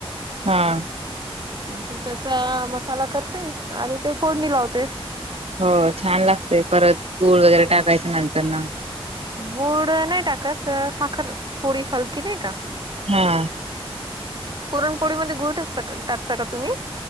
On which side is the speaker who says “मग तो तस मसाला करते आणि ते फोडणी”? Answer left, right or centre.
Right